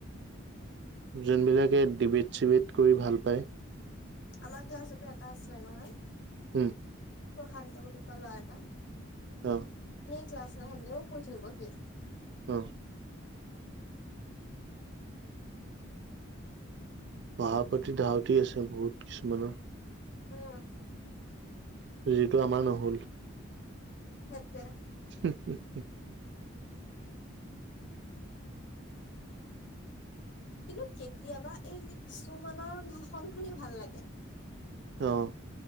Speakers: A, on the right; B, on the left.
A: যোনবিলাকে ডিবেট চিবেট কৰি ভাল পায়
B: আমাৰ ক্লাছতো এটা আছে নহয়
A: হম,
B: প্ৰশান্ত বুলি কোৱা ল'ৰাটা
A: অ'
B: ক্লাছ আহিলেও <unintelligible>
A: অ' পঢ়াপতি ধাউতি আছে বহুত কিছুমানৰ।
B: উম।
A: যিটো আমাৰ নহ'ল।
B: হেইটোৱেই।
A: হম, হম, হ।
B: কিন্তু কেতিয়াবা এই কিছুমানৰ ঘষন শুনি ভাল লাগে।
A: অ'